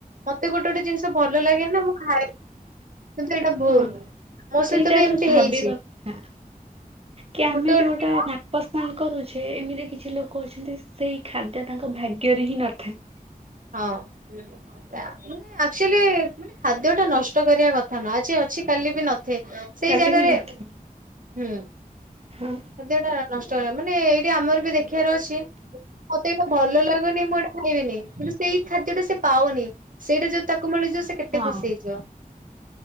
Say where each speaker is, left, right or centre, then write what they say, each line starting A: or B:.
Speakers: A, on the right; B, on the right.
A: ମତେ ଗୋଟେ ଗୋଟେ ଜିନିଷ ଭଲ ଲାଗେ ନା ମୁଁ ଖାଏ କିନ୍ତୁ ଏଇଟା ଭୁଲ
B: ହଁ
A: ମୋ
B: ସେଇଟା
A: ସହିତ ବି
B: ତ
A: ଏମିତି
B: ଭାବିବା
A: ହେଇଛି।
B: କଥା। କି ଆମେ
A: ଗୋଟେ ଗୋଟେ
B: ଯୋଉଟା
A: ଦିନ
B: ନାପସନ୍ଦ କରୁଛେ ଏମିତି କିଛି ଲୋକ ଅଛନ୍ତି ସେଇ ଖାଦ୍ୟ ତାଙ୍କ ଭାଗ୍ୟରେ ହିଁ ନଥାଏ।
A: ହଁ ମାନେ ଏକ୍ଟୁଆଲୀ ମାନେ ଖାଦ୍ୟ ଟା ନଷ୍ଟ କରିବା କଥା ନୁହଁ ଆଜି ଅଛି କାଲି ବି ନଥାଏ। ସେଇ
B: କାଲି
A: ଜାଗାରେ
B: ବି ନଥିବ
A: ହୁଁ
B: ହଁ।
A: ଖାଦ୍ୟଟା ନଷ୍ଟ ମାନେ ଏଇଟା ଆମର ବି ଦେଖିବାର ଅଛି ମତେ ଏଇଟା ଭଲ ଲାଗୁନି ମୁଁ ଏଇଟା ଖାଇବିନି। କିନ୍ତୁ ସେଇ ଖାଦ୍ୟ ଟା ସେ ପାଉନି ସେଇଟା ଯୋଉ ତା ମିଳିଯିବ ସେ କେତେ
B: ହଁ।
A: ଖୁସି ହେଇଯିବ।